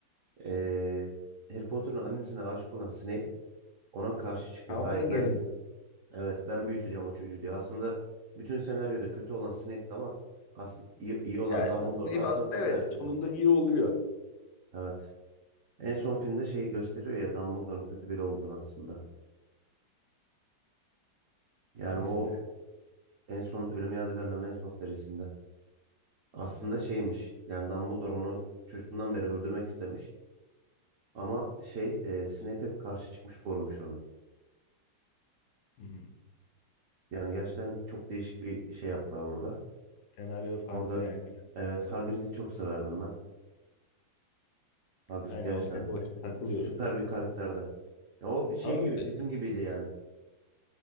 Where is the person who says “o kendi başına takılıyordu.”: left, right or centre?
Left